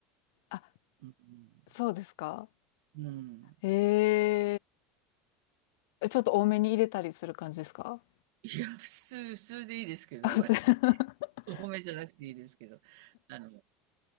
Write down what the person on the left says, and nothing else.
あ、
そうですか。
ええちょっと多めに入れたりする感じですか
あ、普通
<laughs>